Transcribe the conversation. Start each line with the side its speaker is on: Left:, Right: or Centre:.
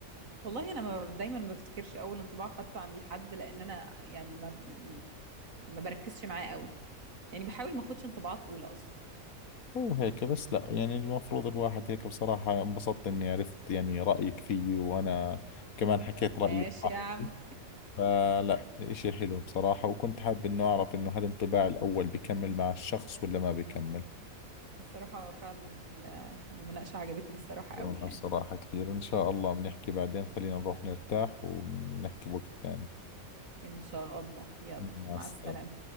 Right: والله انا ما دايما ما بفتكرش اول انطباع خدته عن الحد لان انا يعني ما ب... ما بركزش معاه قوي يعني بحاول ما اخدش انطباعات اولى اصلا
Left: مو هيك بس لا يعني المفروض الواحد هيك بصراحة انبسطت اني عرفت يعني رأيك فيي وانا كمان حكيت
Right: ماشي
Left: رأيي براحتي
Right: يا عم
Left: فلا اشي حلو بصراحة وكنت حاب انه اعرف انه هل الانطباع الاول بكمل مع الشخص ولا ما بكمل
Right: الصراحة فعلا المناقشة عجبتني الصراحة
Left: والله
Right: قوي يعني
Left: بصراحة كثير ان شاء الله بنحكي بعدين خلينا نروح نرتاح ونحكي وقت ثاني
Right: ان شاء الله يلا
Left: مع
Right: مع
Left: السلامة
Right: السلامة